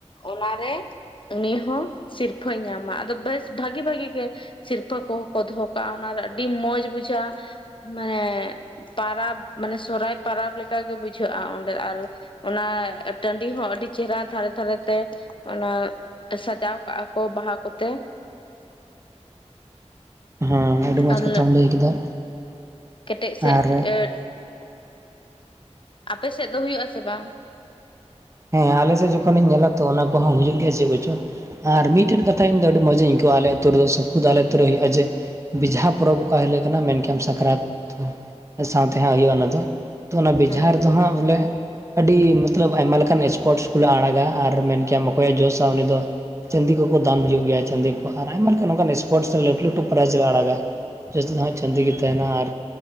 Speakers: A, on the left (about 45°); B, on the right (about 25°).
A: ᱚᱱᱟᱨᱮ ᱩᱱᱤ ᱦᱚᱸ ᱥᱤᱨᱯᱟᱹᱭ ᱧᱟᱢᱟ ᱟᱫᱚ ᱵᱮᱥ ᱵᱷᱟᱹᱜᱤ ᱵᱷᱟᱹᱜᱤ ᱜᱮ ᱥᱤᱨᱯᱟᱹ ᱠᱚᱦᱚᱸ ᱠᱚ ᱫᱚᱦᱚ ᱠᱟᱜᱼᱟ ᱚᱱᱟ ᱨᱮ ᱫᱚ ᱟᱹᱰᱤ ᱢᱚᱸᱡᱽ ᱵᱩᱡᱷᱟᱹᱜᱼᱟ ᱢᱮᱜ ᱯᱟᱨᱟᱵᱽ ᱢᱟᱱᱮ ᱥᱨᱚᱦᱟᱭ ᱯᱟᱨᱟᱵᱽ ᱞᱮᱠᱟᱜᱮ ᱵᱩᱡᱷᱟᱹᱜᱼᱟ ᱚᱸᱰᱮ ᱟᱨ ᱚᱱᱟ ᱴᱟᱺᱰᱤ ᱦᱚᱸ ᱟᱹᱰᱤ ᱪᱮᱦᱨᱟ ᱫᱷᱟᱨᱮ ᱫᱷᱟᱨᱮᱛᱮ ᱾ ᱚᱱᱟ ᱥᱟᱡᱟᱣ ᱠᱟᱜᱼᱟ ᱠᱚ ᱵᱟᱦᱟ ᱠᱚᱛᱮ
B: ᱦᱮᱸ ᱟᱹᱰᱤ ᱢᱚᱸᱡᱽ
A: ᱟᱨ
B: ᱠᱟᱛᱷᱟᱢ ᱞᱟᱹᱭ ᱠᱮᱫᱟ᱾
A: ᱠᱮᱴᱮᱡ ᱥᱮᱫ
B: ᱟᱨ
A: ᱤᱭᱟᱹ <unintelligible> ᱟᱯᱮ ᱥᱮᱫ ᱫᱚ ᱦᱩᱭᱩᱜᱼᱟ ᱥᱮ ᱵᱟᱝ
B: ᱦᱮᱸ ᱟᱞᱮᱥᱮᱜ ᱡᱚᱠᱷᱚᱱᱤᱧ ᱧᱮᱞᱟ ᱛᱚ ᱚᱱᱟ ᱠᱚᱦᱚᱸ ᱦᱩᱭᱩᱜ ᱜᱮᱭᱟ ᱪᱮᱫ ᱠᱚᱪᱚ ᱟᱨ ᱢᱤᱫᱴᱮᱱ ᱠᱟᱛᱷᱟ ᱤᱧᱫᱚ ᱟᱹᱰᱤ ᱢᱚᱡᱤᱧ ᱟᱹᱭᱠᱟᱹᱣᱟ ᱟᱞᱮ ᱟᱹᱛᱩ ᱨᱮᱫᱚ ᱥᱩᱠᱩᱫᱟ ᱟᱞᱮ ᱟᱛᱳ ᱨᱮ ᱦᱩᱭᱩᱜᱼᱟ ᱡᱮ ᱾ ᱵᱤᱡᱷᱟ ᱯᱚᱨᱚᱵᱽ ᱚᱱᱟ ᱦᱤᱞᱚᱜ ᱠᱟᱱᱟ ᱢᱮᱱᱠᱷᱟᱱ ᱥᱟᱠᱨᱟᱛ ᱥᱟᱶᱛᱮ ᱦᱟᱸᱜ ᱦᱩᱭᱩᱜᱼᱟ ᱚᱱᱟ ᱫᱚ ᱾ ᱛᱚ ᱚᱱᱟ ᱵᱮᱡᱷᱟᱨ
A: ᱦᱮᱸ
B: ᱫᱚ ᱦᱟᱸᱜ ᱵᱚᱞᱮ ᱟᱹᱰᱤ ᱢᱚᱛᱞᱚᱵ ᱟᱭᱢᱟ ᱞᱮᱠᱟ ᱚᱱᱠᱟᱱ ᱥᱯᱳᱨᱴᱥ ᱠᱚᱞᱮ ᱟᱲᱟᱜᱟ ᱟᱨ ᱢᱮᱱ ᱠᱮᱭᱟᱢ ᱚᱠᱚᱭ ᱮ ᱡᱚᱥᱟ ᱩᱱᱤ ᱫᱚ ᱪᱟᱸᱫᱤ ᱠᱚᱠᱚ ᱫᱚᱟᱱ ᱦᱩᱭᱩᱜ ᱜᱮᱭᱟ ᱪᱟᱸᱫᱤ ᱠᱚᱠᱚ ᱫᱟᱱ ᱦᱩᱭᱩᱜ ᱜᱮᱭᱟ ᱟᱨ ᱟᱭᱢᱟ ᱞᱮᱠᱟᱱ ᱱᱚᱠᱟᱱ ᱥᱯᱳᱨᱴᱥ ᱥᱮ ᱞᱟᱹᱴᱩ ᱞᱟᱹᱴᱩ ᱯᱨᱟᱭᱤᱡ ᱞᱮ ᱟᱲᱟᱜᱟ ᱾ ᱡᱟᱹᱥᱛᱤ ᱫᱚ ᱦᱟᱸᱜ ᱪᱟᱹᱱᱫᱤ ᱜᱮ ᱛᱟᱦᱮᱱᱟ ᱟᱨ